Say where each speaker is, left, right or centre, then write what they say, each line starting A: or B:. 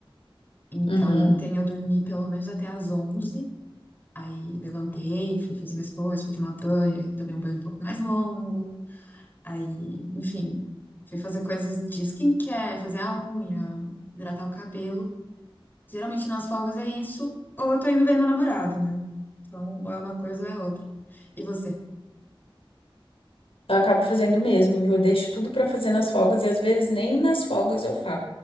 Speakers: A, on the left; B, on the left.
A: Então,
B: Uhum.
A: ontem eu dormi pelo menos até às 11. aí levantei, fui fazer minhas coisas, fui tomar banho, aí tomei um banho um pouco mais longo, aí, enfim, fui fazer coisas de skincare, fazer a unha, hidratar o cabelo. Geralmente nas folgas é isso, ou eu tô indo ver meu namorado, né? Então, ou é uma coisa ou é outra. E você?
B: Eu acabo fazendo mesmo, viu? Eu deixo tudo pra fazer nas folgas e às vezes nem nas folgas eu faço.